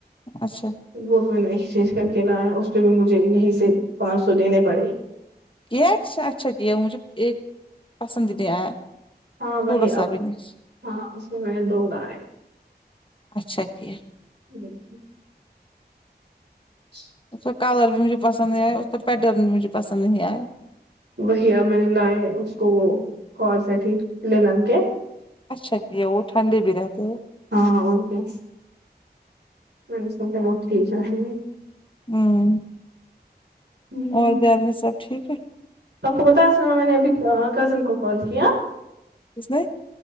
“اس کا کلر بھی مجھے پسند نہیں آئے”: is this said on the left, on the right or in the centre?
Left